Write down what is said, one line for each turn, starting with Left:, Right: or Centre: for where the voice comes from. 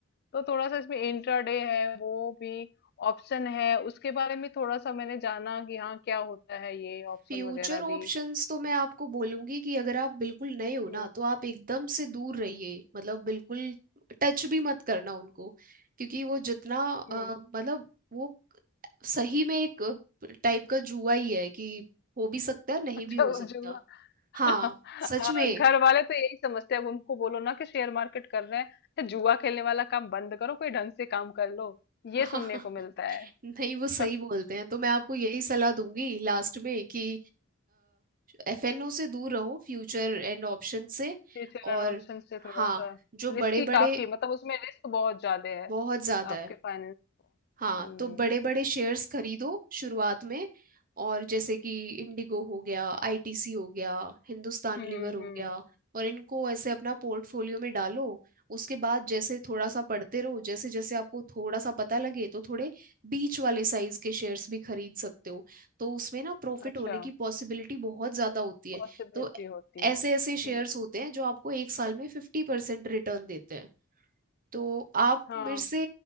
Left: तो थोड़ा सा इसमें इंट्राडे है वो भी ऑप्शन है उसके बारे में थोड़ा सा मैंने जाना कि हाँ क्या होता है ये ऑप्शन
Right: फ्यूचर
Left: वगैरह
Right: ऑप्शंस
Left: भी
Right: तो मैं आपको बोलूंगी कि अगर आप बिल्कुल नए हो ना
Left: हम्म
Right: तो आप एकदम से दूर रहिए मतलब बिल्कुल टच भी मत करना उनको क्योंकि वो जितना
Left: हम्म
Right: अ, मतलब वो सही में एक टाइप का जुआ ही है कि हो भी सकता है नहीं
Left: अच्छा
Right: भी हो
Left: वो
Right: सकता
Left: जो <laughs>
Right: हाँ
Left: हाँ,
Right: सच में
Left: घर वाले तो यही समझते हैं अब उनको बोलो ना कि शेयर मार्केट कर रहे हैं तो जुआ खेलने वाला काम बंद करो कोई ढंग से काम कर लो ये
Right: <laughs>
Left: सुनने को मिलता है
Right: नहीं वो सही
Left: <laughs>
Right: बोलते हैं तो मैं आपको यही सलाह दूंगी लास्ट में कि एफएनओ से दूर रहो फ्यूचर एंड ऑप्शन से
Left: फ्यूचर एंड
Right: और
Left: ऑप्शन से थोड़ा
Right: हाँ
Left: सा
Right: जो
Left: रिस्की
Right: बड़े बड़े
Left: काफी मतलब उसमें रिस्क बहुत ज्यादा है
Right: बहुत ज्यादा
Left: आपके
Right: है
Left: फाइनेंस को
Right: हाँ
Left: हम्म
Right: तो बड़े बड़े शेयर्स खरीदो शुरुआत में और जैसे कि इंडिगो हो गया आईटीसी हो गया हिंदुस्तान
Left: हम्म
Right: लीवर हो
Left: हम्म,
Right: गया और इनको ऐसे अपना पोर्टफोलियो में डालो उसके बाद जैसे थोड़ा सा पढ़ते रहो जैसे जैसे आपको थोड़ा सा पता लगे तो थोड़े बीच वाले साइज के शेयर्स भी खरीद सकते हो तो उसमें ना प्रॉफिट
Left: अच्छा
Right: होने की पॉसिबिलिटी बहुत ज्यादा होती है
Left: पॉसिबिलिटी
Right: तो
Left: होती
Right: ऐसे
Left: है हम्म,
Right: ऐसे शेयर्स होते हैं जो आपको एक साल में फिफ्टी परसेंट रिटर्न देते हैं तो आप
Left: हाँ
Right: मेरे से